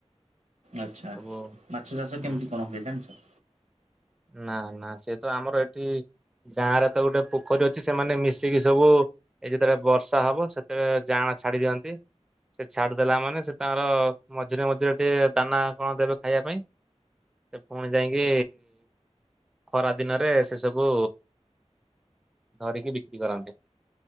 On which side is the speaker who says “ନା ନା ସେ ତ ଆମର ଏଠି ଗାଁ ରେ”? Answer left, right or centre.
Centre